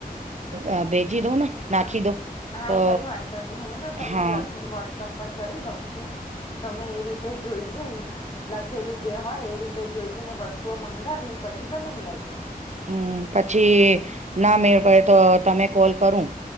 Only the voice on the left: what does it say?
હા
કઈ વાંધો નહી હું ને
તમને લખીને <unintelligible> પર કરી દઉં છું. તમે એ રીતે જોઈ જોય ને. લખેલું જે હોય એ રીતે જોઈ જને વસ્તુઓ મંગાવીને પછી બનાવી લેજો.